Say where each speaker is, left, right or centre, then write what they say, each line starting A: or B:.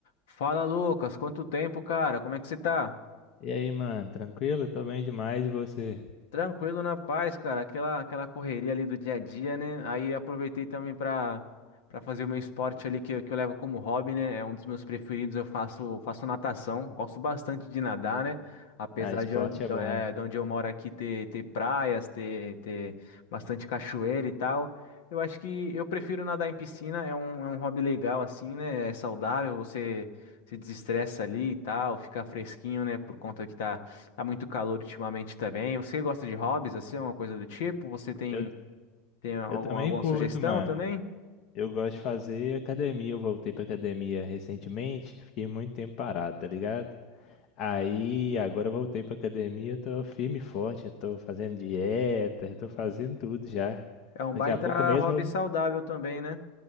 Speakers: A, on the left (about 85°); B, on the left (about 50°).
A: Fala, Lucas, quanto tempo, cara? Como é que você tá?
B: E aí, mano, tranquilo? Tô bem demais e você?
A: Tranquilo na paz, cara. Aquela, aquela correria ali do dia a dia, né? Aí aproveitei também pra para fazer o meu esporte ali que, eu- que eu levo como hobby, né? É um dos meus preferidos. Eu faço, faço natação. Gosto bastante de nadar, né? Apesar
B: Ah, esporte
A: de, onde- da-
B: é bom.
A: eh, de onde eu moro aqui ter, ter praias, ter, ter bastante cachoeira e tal. Eu acho que eu prefiro nadar em piscina. É um, é um hobby legal, assim, né? É saudável. Você se desestressa ali e tal, fica fresquinho, né? Por conta que tá. Tá muito calor ultimamente também. Você gosta de hobbies, assim, alguma coisa do tipo? Você tem,
B: Eu,
A: tem alguma,
B: eu também
A: alguma
B: curto,
A: sugestão
B: mano.
A: também?
B: Eu gosto de fazer academia. Eu voltei pra academia recentemente, fiquei muito tempo parado, tá ligado? Aí, agora eu voltei pra academia, tô firme e forte, eu tô fazendo dieta, eu tô fazendo tudo já.
A: É um
B: Daqui
A: baita
B: a pouco mesmo,
A: hobby
B: eu-
A: saudável também, né?